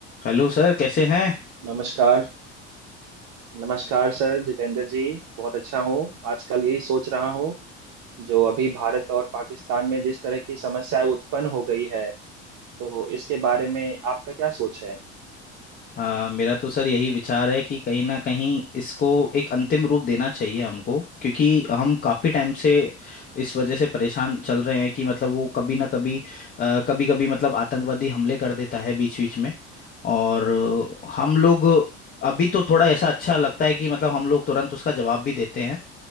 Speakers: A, on the left (about 30°); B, on the right (about 55°).
A: Hello sir कैसे हैं
B: नमस्कार नमस्कार सर जितेंद्र जी बहुत अच्छा हूँ आजकल यही सोच रहा हूँ जो अभी भारत और पाकिस्तान में जिस तरह की समस्याएं उत्पन्न हो गई है तो इसके बारे में आपका क्या सोच है
A: आ, मेरा तो सर यही विचार है कि कहीं ना कहीं इसको एक अंतिम रूप देना चाहिए हमको क्योंकि हम काफ़ी टाइम से इस वजह से परेशान चल रहे हैं कि मतलब वो कभी ना कभी आ, कभी कभी मतलब आतंकवादी हमले कर देता है बीच बीच में और हम लोग अभी तो थोड़ा ऐसा अच्छा लगता है कि मतलब हम लोग तुरंत उसका जवाब भी देते हैं